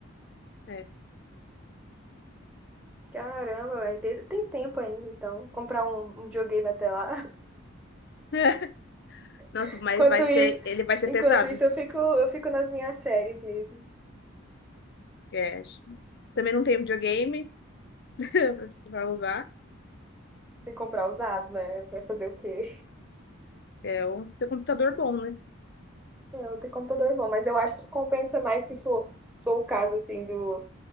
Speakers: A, on the left; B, in the centre.
A: É.
B: Caramba, vai ter tem tempo ainda, então. Comprar um, um videogame até lá.
A: <laughs> Nossa,
B: <laughs>
A: mas
B: Enquanto
A: vai ser,
B: isso,
A: ele vai ser
B: enquanto
A: pesado.
B: isso, eu fico, eu fico nas minhas séries mesmo.
A: É. Também não tenho videogame <laughs> pra usar.
B: Tem que comprar usado, né? Vai fazer o quê?
A: É um tem um computador bom, né?
B: É, eu tem computador é bom, mas eu acho que compensa mais se for, for o caso assim do,